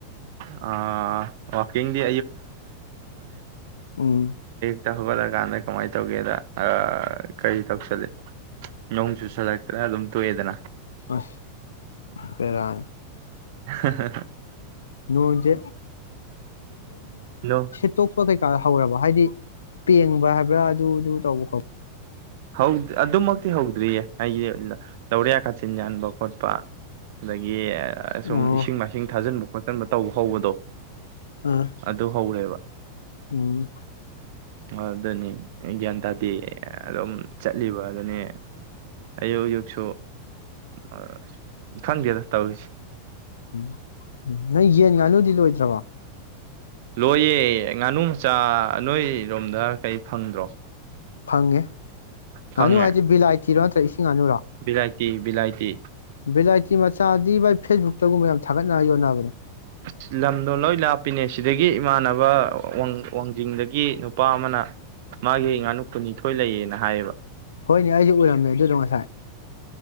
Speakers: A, on the right; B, on the left.
A: ꯑ ꯋꯥꯛꯀꯤꯡꯗꯤ
B: ꯎꯝ
A: ꯍꯧꯒꯠꯂꯥꯀꯥꯟꯗ ꯀꯃꯥꯏꯅ ꯇꯧꯒꯦꯗ ꯀꯔꯤ ꯇꯧꯁꯜꯂꯦ ꯅꯣꯡ ꯆꯨꯁꯜꯂꯦ ꯈꯔꯥ ꯑꯗꯨꯝ ꯇꯣꯏꯑꯦꯗꯥꯅ
B: ꯑꯁ ꯚꯦꯔꯥꯅꯦ
A: ꯑꯍꯦꯍꯦ
B: ꯂꯣꯏꯗꯦ
A: ꯅꯣ
B: ꯊꯕꯛ ꯀꯩꯀꯥ ꯍꯧꯔꯕ ꯍꯥꯏꯗꯤ ꯄꯦꯡꯕ ꯍꯥꯏꯕ꯭ꯔꯥ ꯑꯗꯨ ꯗꯨ ꯇꯧꯕꯥ ꯈꯣꯠ
A: ꯍꯧꯗꯦ ꯑꯗꯨ ꯃꯛ ꯍꯧꯗ꯭ꯔꯤꯌꯦ ꯑꯩꯁꯦ ꯂꯧꯔꯤꯌꯥ ꯀꯥꯆꯤꯟ ꯌꯥꯟꯕ ꯈꯣꯠꯄ ꯑꯗꯒꯤ ꯑꯁꯨꯝ
B: ꯑꯣ
A: ꯏꯁꯤꯡ ꯃꯥꯏꯁꯤꯡ ꯊꯥꯖꯤꯟꯕ ꯈꯣꯠꯆꯟꯕ ꯇꯧꯕ ꯍꯧꯕꯗꯣ
B: ꯑꯥ
A: ꯑꯗꯨ ꯍꯧꯔꯦꯕ
B: ꯎꯝ
A: ꯑ ꯑꯗꯨꯅꯤ ꯌꯥꯟ ꯇꯗꯤ ꯑꯗꯨꯝ ꯆꯠꯂꯤꯕ ꯅꯦ ꯑꯌꯨꯛ ꯑꯌꯨꯛꯁꯨ ꯑ ꯈꯪꯗꯦꯗ ꯇꯧꯔꯤꯁꯤ
B: ꯎꯝ ꯎꯝ ꯅꯣꯏ ꯌꯦꯟ ꯉꯥꯅꯨꯗꯤ ꯂꯣꯏꯗ꯭ꯔꯕ
A: ꯂꯣꯏꯌꯦ ꯉꯥꯅꯨ ꯃꯆꯥ ꯅꯣꯏꯔꯣꯝꯗ ꯀꯩ ꯐꯪꯗ꯭ꯔꯣ
B: ꯐꯪꯉꯦ
A: ꯐꯪꯉꯦ
B: ꯉꯥꯅꯨ ꯍꯥꯏꯗꯤ ꯕꯤꯂꯥꯏꯇꯤꯔ ꯅꯠꯇꯔ ꯏꯁꯤ ꯁꯤꯡꯉꯅꯨꯔꯦ
A: ꯕꯤꯂꯥꯏꯇꯤ ꯕꯤꯂꯥꯏꯇꯤ
B: ꯚꯤꯂꯥꯏꯇꯤ ꯃꯆꯥꯗꯤ ꯚꯥꯏ ꯐꯦꯁꯕꯨꯛꯇꯒꯨꯝꯕ ꯌꯥꯝ ꯊꯥꯒꯠꯅꯔ ꯌꯣꯟꯅꯕꯅꯤ
A: ꯑꯁ ꯂꯝꯗꯣ ꯂꯣꯏ ꯂꯥꯞꯄꯤꯅꯦ ꯁꯤꯗꯒꯤ ꯏꯃꯥꯟꯅꯕ ꯋꯥꯡꯖꯤꯡꯗꯒꯤ ꯅꯨꯄꯥ ꯑꯃꯅ ꯃꯥꯒꯤ ꯉꯥꯅꯨ ꯀꯨꯟꯅꯤꯊꯣꯏ ꯂꯩꯌꯦꯅ ꯍꯥꯏꯌꯦꯕ
B: ꯍꯣꯏꯅꯦ ꯑꯩꯁꯨ ꯎꯔꯝꯃꯦ ꯑꯗꯨꯗꯣ ꯉꯁꯥꯏ